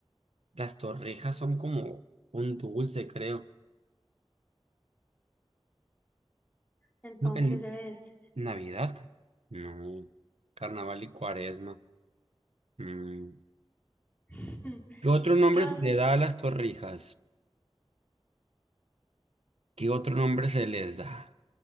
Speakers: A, on the right; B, on the left.
A: Las torrejas son como un dulce, creo.
B: Entonces
A: No, En
B: debe de ser.
A: Navidad. No. Carnaval y Cuaresma. Mm,
B: <laughs>
A: ¿Qué otro nombre
B: ¿Qué o-
A: se le da a las torrijas? ¿Qué otro nombre se les da?